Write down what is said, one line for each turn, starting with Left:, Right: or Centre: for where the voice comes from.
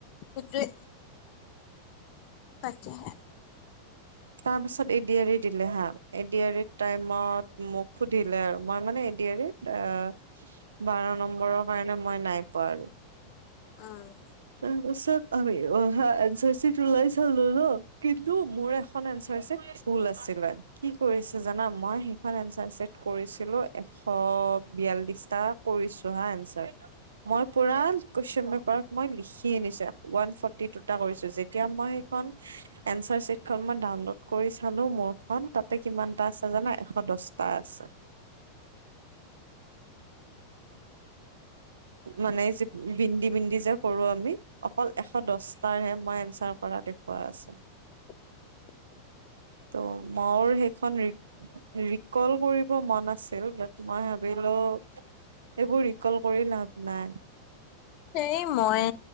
Left: সেইটোৱে তাকেহে
Right: তাৰ পিছত এডি আৰি দিলে হা এডি আৰি টাইমত মোক সুধিলে আৰু মই মানে এডি আৰিত আ বাৰ নম্বৰৰ কাৰণে মই নাই পোৱা আৰু
Left: উম
Right: তাৰ পাছত আমি অহা এনচা চে চি ওলাই চালো ন কিন্তু মোৰ এখন এন চে চিত ভুল আছিলে কি কৰিছে জানা মই সেইখন এনচাৰ চেক কৰিছিলো এশ বিয়াল্লিশটা কৰিছো হা এনচাৰ
Left: <unintelligible>
Right: মই পুৰা কোৱেইশন পেপাৰ মই লিখি আনিছো ওৱান ফৰ্টি দুটা কৰিছো যেতিয়া মই সেইখন এনচাৰ চিট খন মই ডাউনলোড কৰি চালো মোৰখন তাতে কিমানটা আছে জানা এশ দহটা আছে মানে যি বিন্দি বিন্দি যে কৰো আমি অকল এশ দচটাৰ হে মই এনচাৰ কৰা দেখুওৱা আছো
Left: <unintelligible>
Right: ত' মোৰ সেইখন ৰি ৰিকল কৰিব মন আছিল বাত মই ভাবিলো এইবোৰ ৰিকল কৰি লাভ নাই
Left: সেই মই